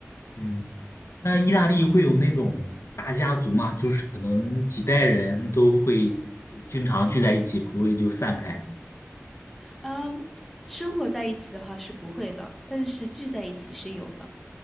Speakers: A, on the left; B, in the centre.
A: 嗯，那意大利会有那种大家族吗？就是可能几代人都会就经常聚在一起，不会就散开。
B: 嗯，生活在一起的话是不会的，但是聚在一起是有的。